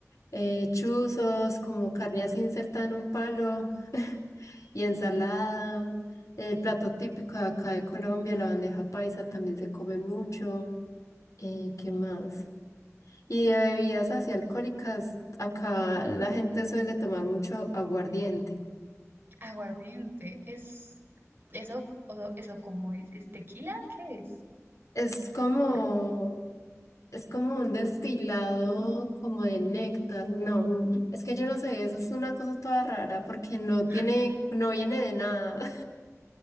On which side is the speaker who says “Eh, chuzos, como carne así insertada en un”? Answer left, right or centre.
Left